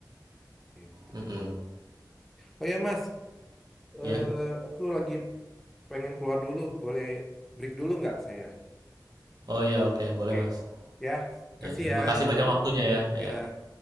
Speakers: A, in the centre; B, on the right.
A: Itu.
B: mhm,
A: Oh ya Mas, eh,
B: iya?
A: aku lagi pengen keluar dulu. Boleh break dulu nggak saya?
B: Oh, ya, oke boleh
A: Oke.
B: Mas.
A: Ya, kasih
B: Ya, terima
A: ya.
B: kasih banyak waktunya ya,
A: Ya.
B: iya.